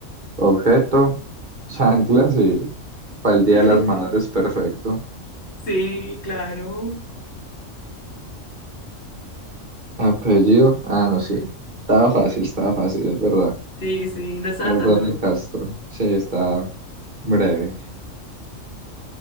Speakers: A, on the right; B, on the left.
A: Objeto, chanclas y Para el Día
B: <laughs>
A: de las Madres, perfecto.
B: Sí, claro.
A: Apellido, ah, no, sí. Estaba fácil, estaba fácil, es verdad.
B: Sí, sí, no estaba
A: Ardane
B: tan duro.
A: Castro, sí, está breve.